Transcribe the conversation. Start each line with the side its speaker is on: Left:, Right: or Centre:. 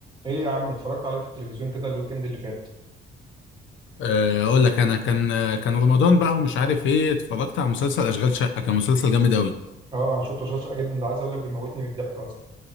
Right: ايه يا عم اتفرجت عليه في التلفزيون كده الويكند اللي فات
Left: آه، اقول لك انا كان آه، كان رمضان بقى ومش عارف ايه اتفرجت على مسلسل اشغال شقه كان مسلسل جامد قوي
Right: اه انا شفته شاشه جدا ده عايز اقول لك بيموتني من الضحك اصلا